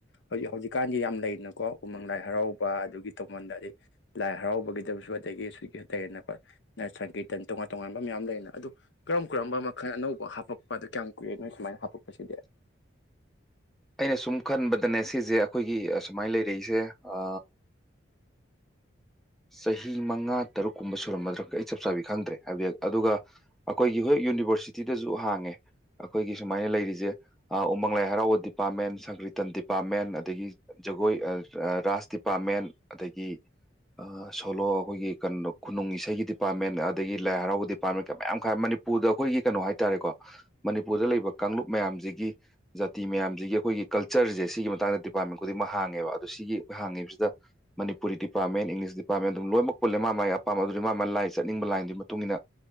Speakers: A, on the left; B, in the centre.
A: ꯍꯧꯖꯤꯛ ꯍꯧꯖꯤꯛꯀꯥꯟꯗꯤ ꯌꯥꯝ ꯂꯩꯅꯀꯣ ꯎꯃꯪ ꯂꯥꯏ ꯍꯔꯥꯎꯕ ꯑꯗꯨꯒꯤ ꯇꯣꯉꯥꯟꯗ ꯑꯩ ꯂꯥꯏ ꯍꯔꯥꯎꯕꯒꯤꯗꯕꯁꯨ ꯑꯗꯒꯤ ꯑ ꯂꯩꯅꯀꯣ ꯁꯪꯀꯤꯔꯇꯟ ꯇꯣꯉꯥꯟ ꯇꯣꯉꯥꯟꯕ ꯃꯌꯥꯝ ꯂꯩꯅ ꯑꯗꯨ ꯀꯔꯝ ꯀꯔꯝꯕ ꯃꯈꯜ ꯑꯅꯧꯕ ꯍꯥꯞꯄꯛꯄ ꯑꯗꯨꯣ ꯀꯌꯥꯝ ꯀꯨꯏꯔꯦ ꯅꯣꯏ ꯁꯨꯃꯥꯏꯅ ꯍꯥꯄꯛꯄꯁꯤꯗꯤ
B: ꯑꯩꯅ ꯁꯨꯝ ꯈꯟꯕꯗꯅꯦ ꯁꯤꯁꯦ ꯑꯩꯈꯣꯏꯒꯤ ꯑꯁꯨꯃꯥꯏꯅ ꯂꯩꯔ ꯄꯤꯁꯦ ꯑ ꯆꯍꯤ ꯃꯉꯥ ꯇꯔꯨꯛꯀꯨꯝꯕ ꯁꯨꯔꯝꯃꯗ꯭ꯔ ꯑꯩ ꯆꯞ ꯆꯥꯕꯤ ꯈꯪꯗ꯭ꯔꯦ ꯍꯥꯏꯕꯗꯤ ꯑꯗꯨꯒ ꯑꯩꯈꯣꯏꯒꯤ ꯍꯣꯏ ꯌꯨꯅꯤꯚꯔꯁꯤꯇꯤꯗꯁꯨ ꯍꯥꯡꯉꯦ ꯑꯩꯈꯣꯏꯒꯤ ꯁꯨꯃꯥꯏꯅ ꯂꯩꯔꯤꯁꯦ ꯎꯃꯪ ꯂꯥꯏ ꯍꯔꯥꯎꯕ ꯗꯤꯄꯥꯔꯠꯃꯦꯟ ꯁꯪꯀ꯭ꯔꯤꯇꯟ ꯗꯤꯄꯥꯔꯠꯃꯦꯟ ꯑꯗꯒꯤ ꯖꯒꯣꯏ ꯔꯥꯁ ꯗꯤꯄꯥꯔꯠꯃꯦꯟ ꯑꯗꯒꯤ ꯁꯣꯂꯣ ꯑꯩꯈꯣꯏꯒꯤ ꯀꯩꯅꯣ ꯈꯨꯅꯨꯡ ꯏꯁꯩꯒꯤ ꯗꯤꯄꯥꯔꯠꯃꯦꯟ ꯑꯗꯒꯤ ꯂꯥꯏ ꯍꯔꯥꯎꯕ ꯗꯤꯄꯥꯔꯠꯃꯦꯟ ꯀ ꯃꯌꯥꯝ ꯈꯥꯏ ꯃꯅꯤꯄꯨꯔꯗ ꯑꯩꯈꯣꯏꯒꯤ ꯀꯩꯅꯣ ꯍꯥꯏ ꯇꯥꯔꯦꯀꯣ ꯃꯅꯤꯄꯨꯔꯗ ꯂꯩꯕ ꯀꯥꯡꯂꯨꯞ ꯃꯌꯥꯝꯁꯤꯒꯤ ꯖꯥꯇꯤ ꯃꯌꯥꯝꯁꯤꯒꯤ ꯑꯩꯈꯣꯏꯒꯤ ꯀꯜꯆꯔꯁꯦ ꯁꯤꯒꯤ ꯃꯇꯥꯡꯗ ꯗꯤꯄꯥꯔꯠꯃꯦꯟ ꯈꯨꯗꯤꯡꯃꯛ ꯍꯥꯡꯉꯦꯕ ꯑꯣ ꯁꯤꯒꯤ ꯑꯩꯈꯣꯏ ꯍꯥꯡꯉꯤꯕꯁꯤꯗ ꯃꯅꯤꯄꯨꯔꯤ ꯗꯤꯄꯥꯔꯠꯃꯦꯟ ꯏꯪꯂꯤꯁ ꯗꯤꯄꯥꯔꯠꯃꯦꯟ ꯑꯗꯨꯝ ꯂꯣꯏꯅꯃꯛ ꯄꯨꯜꯂꯦ ꯃꯥ ꯃꯥꯒꯤ ꯑꯄꯥꯝꯕ ꯑꯗꯨꯗꯤ ꯃꯥ ꯃꯥꯒꯤ ꯂꯥꯏ ꯆꯠꯅꯤꯡꯕ ꯂꯥꯏꯟꯗꯨꯒꯤ ꯃꯇꯨꯡ ꯏ ꯃꯇꯨꯡꯏꯟꯅ